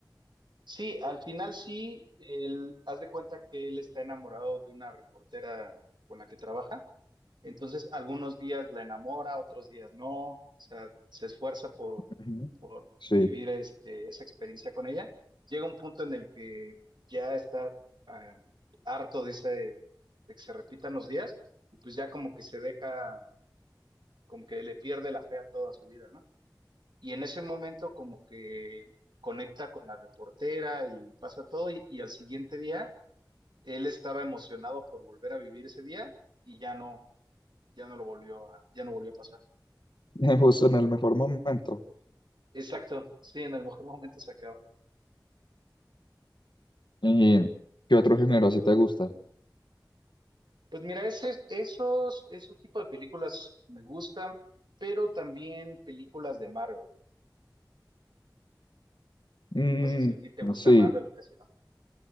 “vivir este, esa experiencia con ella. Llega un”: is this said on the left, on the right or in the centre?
Right